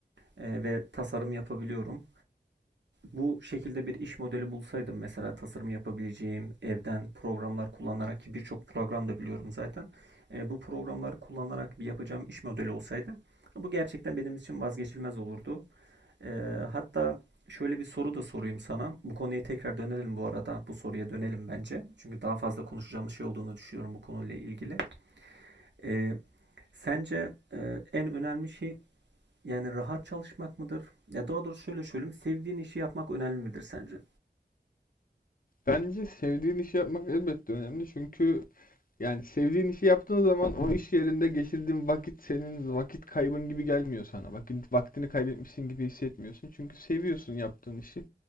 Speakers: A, on the right (about 80°); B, on the left (about 50°).
A: e, ve tasarım yapabiliyorum. Bu şekilde bir iş modeli bulsaydım mesela tasarım yapabileceğim evden programlar kullanarak ki birçok program da biliyorum zaten. E, bu programları kullanarak bir yapacağım iş modeli olsaydı bu gerçekten benim için vazgeçilmez olurdu. Ee, hatta şöyle bir soru da sorayım sana. Bu konuya tekrar dönelim bu arada. Bu soruya dönelim bence. Çünkü daha fazla konuşacağımız şey olduğunu düşünüyorum bu konuyla ilgili. Ee, sence e, en önemli şey yani rahat çalışmak mıdır? Ya daha doğrusu şöyle söyleyeyim. Sevdiğin işi yapmak önemli midir sence?
B: Bence sevdiğin işi yapmak elbette önemli çünkü Yani sevdiğin işi yaptığın zaman o iş yerinde geçirdiğin vakit senin vakit kaybın gibi gelmiyor sana. Vakit, vaktini kaybetmişsin gibi hissetmiyorsun. Çünkü seviyorsun yaptığın işi